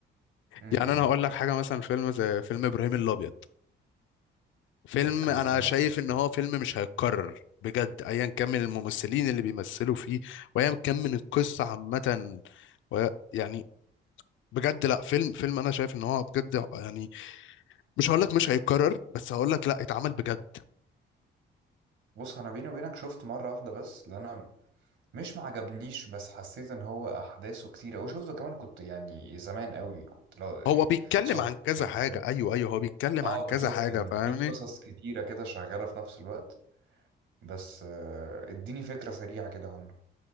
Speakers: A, on the right; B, on the left.
A: امم
B: يعني انا هقول لك حاجه مثلا فيلم زي فيلم ابراهيم الابيض فيلم
A: اوكي
B: انا
A: انا
B: شايف
A: شفت
B: ان هو فيلم مش هيتكرر بجد ايا كان من الممثلين اللي بيمثلوا فيه وايا كان من القصه عامه و- يعني بجد لا فيلم فيلم انا شايف ان هو بجد يعني مش هقول لك مش هيتكرر بس هقول لك لا اتعمل بجد
A: بص انا بيني وبينك شفت مره واحده بس اللي انا مش معجبنيش بس حسيت ان هو احداثه كتير او شفته كمان كنت يعني زمان قوي كنت لا
B: هو بيتكلم
A: صغير
B: عن كذا
A: يعني
B: حاجه
A: فاهم
B: ايوه ايوه هو بيتكلم
A: اه
B: عن
A: بالظبط
B: كذا حاجه
A: يعني
B: فاهمني
A: في قصص كتيره كده شغاله في نفس الوقت بس آه، اديني فكره سريعه كده عنه